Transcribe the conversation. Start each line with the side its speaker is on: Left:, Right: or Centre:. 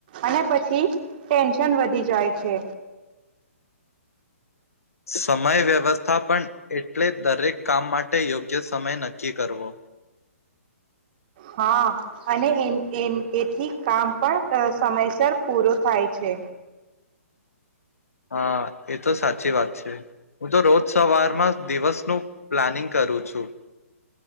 Right: અને પછી ટેન્શન વધી જાય છે
Left: સમય વ્યવસ્થાપન એટલે દરેક કામ માટે યોગ્ય સમય નક્કી કરવો
Right: હા અને એ એથી કામ પણ સમયસર પૂરું થાય છે
Left: હા એ તો સાચી વાત છે હું તો રોજ સવારમાં દિવસનું પ્લાનિંગ કરું છું